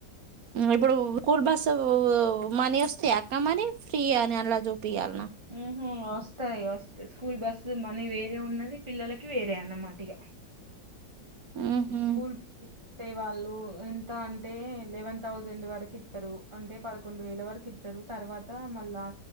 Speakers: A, on the right; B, on the right.
A: ఇప్పుడు స్కూల్ బస్సు మనీ వస్తాయ అక్క మరీ ఫ్రీయా అని అలా చూపియాల
B: ఉ హు వస్తాయి వస్తాయి స్కూల్ బస్సు మనీ వేరే ఉన్నది పిల్లలకి వేరే అన్నమాట టిగా
A: ఉహు
B: స్కూల్ వచ్చే వాళ్ళు ఎంత అంటే ఎలెవెన్ థౌసండ్ వరకు త్తరు అంటే పదకొండు వేల వర త్తరు తర్వాత మళ్ళా